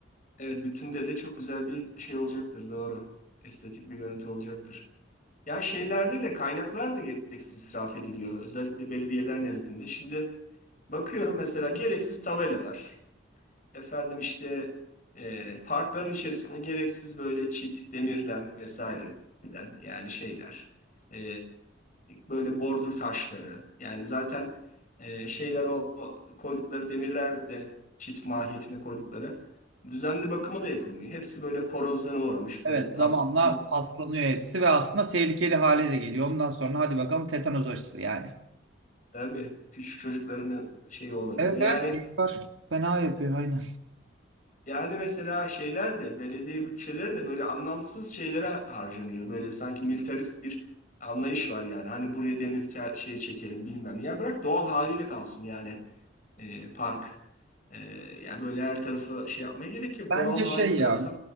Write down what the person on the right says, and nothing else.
Evet
zamanla paslanıyor hepsi ve aslında tehlikeli hale de geliyor. Ondan sonra hadi bakalım tetanoz aşısı yani.
Evet
evet çocuklar fena yapıyor aynen.
Bence
şey ya